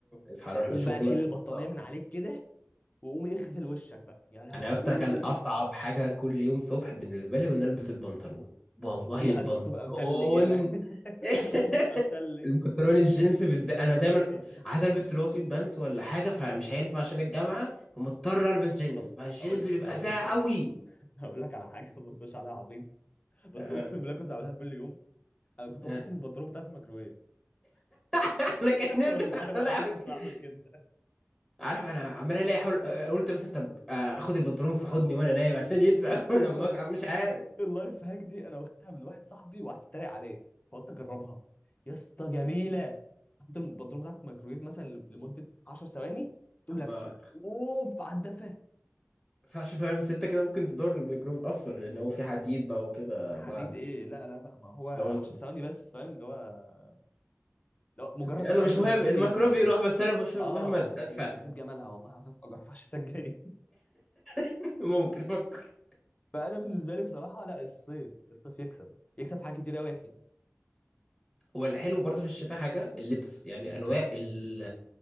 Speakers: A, in the centre; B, on the left (about 30°).
A: اصحى روح
B: قوم
A: لشغلك
B: بقى شيل البطانيه
A: صعب.
B: من عليك كده وقوم اغسل وشك بقى يا لهوي
A: انا يا اسطى كان اصعب حاجه كل يوم صبح بالنسبه لي كنا البس البنطلون والله
B: يا
A: البنطلون
B: البطروخ بيبقى متلج يالا <laughs> البطروخ
A: <laughs>
B: بيبقى متلج
A: البنطلون الجينز بالذات انا دايما
B: <laughs> أيوة.
A: عايز البس اللي هو سويت بانس ولا حاجه فمش هينفع عشان الجامعه فمضطر البس جينز
B: طب
A: فالجينز
B: اقول
A: بيبقى
B: طب يا
A: ساقع
B: اسطى
A: قوي
B: هقول لك على حاجه ما تقولش عليها عبيط بس
A: آه.
B: اقسم بالله كنت بعملها كل يوم انا كنت
A: آه.
B: بحط البطروخ بتاعي في الميكروويف
A: <laughs> انا
B: <laughs>
A: كان نفسي
B: والله
A: <laughs>
B: العظيم
A: أقعد اعمل
B: كنت
A: كده.
B: بعمل كده
A: عارف انا عمال الاقي حول آه، قلت مثلا طب آه، اخد البنطلون في حضني وانا نايم عشان يدفى
B: يا
A: <laughs>
B: اسطى
A: لما اصحى مش عارف
B: اللايف هاك دي انا واخدها من واحد صاحبي وقعدت اتريق عليه فقلت اجربها يا اسطى جميله حط البطروخ بتاعك في الميكروويف مثلا لمده 10 ثواني تقوم
A: اما
B: لابسه اوف على الدفه
A: 19 ثواني بس انت كده ممكن تضر الميكروب اصلا لان هو في حديد بقى وكده
B: حديد
A: معدن
B: ايه لا لا لا ما هو 10
A: اللي هو الز-
B: ثواني بس فاهم اللي هو لو مجرد
A: يلا
B: بس عايز
A: مش
B: البنطلون
A: مهم الميكروب
B: يدفع كده
A: يروح بس انا مش مهم
B: اه
A: ادفع
B: بس يخرب بيت جمالها والله هتبقى اجربها الشتاء الجاي <laughs>
A: <laughs> ممكن افكر
B: فانا بالنسبه لي بصراحه لا الصيف الصيف يكسب يكسب في حاجات كتير قوي يا اخي
A: هو الحلو برضه في الشتاء حاجة اللبس يعني أنواع ال